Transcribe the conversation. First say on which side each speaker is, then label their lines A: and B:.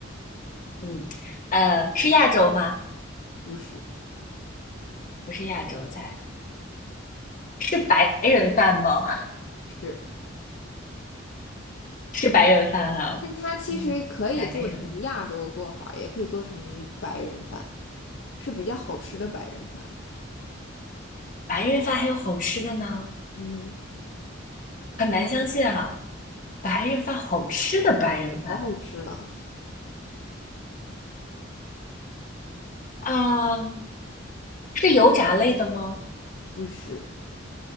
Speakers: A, on the left; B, on the left.
A: 嗯，呃，是亚洲吗？
B: 不是，
A: 不是亚洲菜，是白人饭吗？
B: 是，
A: <laughs> 是白人饭哈、
B: 但它其实可以做成亚洲做法儿也可以做成白人饭，
A: 嗯，白人
B: 是比较好吃的白人饭。
A: 白人饭还有好吃的呢，
B: 嗯，
A: 很难相信啊。白人饭好吃的白人饭
B: 是老好吃了，
A: 啊，是油炸类的吗？
B: 不是，